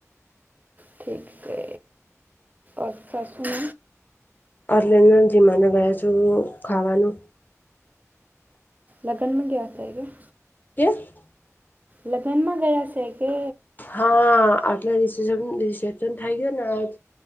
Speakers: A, on the right; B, on the left.
A: ઠી ક છે અચ્છા સુન
B: અર્લેન જીમાનો ગયા છું. ખાવાનું,
A: લગ્નમાં ગયા હતુ
B: કે્યા
A: લગ્નમાં ગયા છે. કે
B: હા આટલે ર રિસેપ્શન થઈ ગયુ, ને આજ